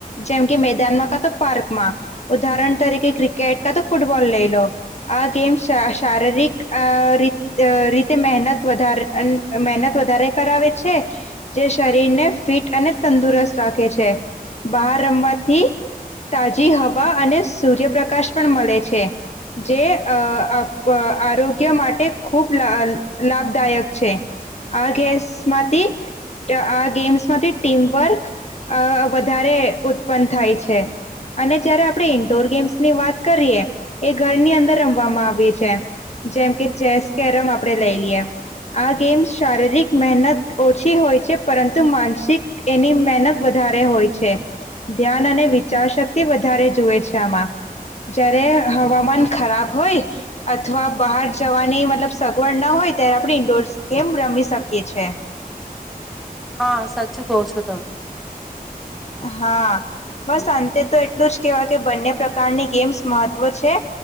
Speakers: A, on the left; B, in the centre.
A: જેમ કે મેદાનમાં કા તો પાર્ક માં ઉદાહરણ તરીકે ક્રિકેટ કા તો ફૂટબ બોલ લઈ લો આ ગેમ શ શારીરિક અ રી રીતે મહેનત વધારે અન મહેનત વધારે કરાવે છે. જે શરીરને ફિટ અને તંદુરસ્ત રાખે છે બહાર રમવાથી તાજી હવા અને સૂર્યપ્રકાશ પણ મળે છે જે આરોગ્ય અ માટે ખૂબ લા લાભદાયક છે આ ગેસ માંથી આ ગેમ્સમાંથી ટીમવર્ક અ વધારે ઉત્પન્ન થાય છે અને જયારે આપણે ઇન્ડોર ગેમ્સ ની વાત કરીએ એ ઘરની અંદર રમવામાં આવી છે જેમ કે ચેસ કેરમ આપણે લઈ લઈએ આ ગેમ્સ શારીરિક મહેનત ઓછી હોય છે પરંતુ માનસિક એની મહેનત વધારે હોય છે ધ્યાન અને વિચાર શક્તિ વધારે જુએ છે આમાં. જય્યારે હવામાન ખરાબ હોય અથવા બહાર જવાની મતલબ સગવડ ના હોય ત્યારે આપણે ઇન્ડોર ગેમ રમી શક કે છે.
B: હા સાચું કો છો તમે.
A: હા બસ અંતે તો એટલું જ કેવાય કે બંને પ્રકારની ગેમ્સ મહત્વ છે.